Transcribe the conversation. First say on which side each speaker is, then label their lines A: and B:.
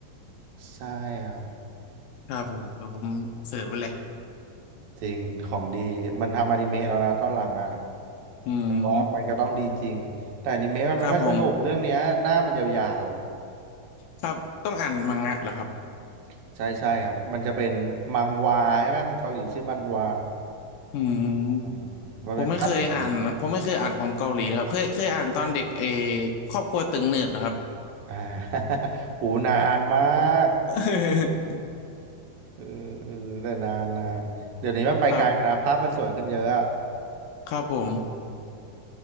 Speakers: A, on the right; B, on the left.
A: ใช่ครับ
B: ครับผมครับผมเสิร์ชไว้เลย
A: จริงของดีมันทำอนิเมะแล้วนะตอนหลังอ่ะ
B: อืม
A: แต่ว่ามันก็ต้องดีจริงแต่อนิเมะมันไม่ค่อยสนุกเรื่องเนี้ยหน้ามันยาว
B: ครับผมครับต้องอ่านมังงะเหรอครับ
A: ๆใช่ใช่ครับมันจะเป็นมังวาใช่ไหมของเกาหลีชื่อมันวา
B: อืม
A: อืมมันเป็นภาพสี
B: ผมไม่เคยอ่านผมไม่เคยอ่านของเกาหลีครับเคยเคยอ่านตอนเด็กเออครอบครัวตึงหนืดนะครับ
A: อ่า <laughs> หูนานมาก
B: <laughs>
A: เออเออแต่นานนานเดี๋ยวนี้มันไปไกลแล้วนะภาพมันสวยขึ้นเยอะอะ
B: ครับครับผม
A: อืม